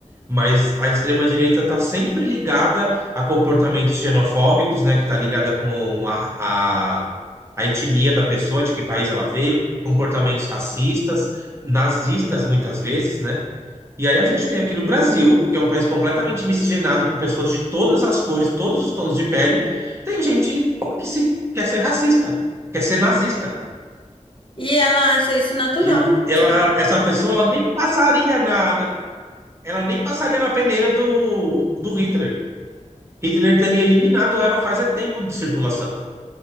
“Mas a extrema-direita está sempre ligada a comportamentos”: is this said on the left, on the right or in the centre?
Right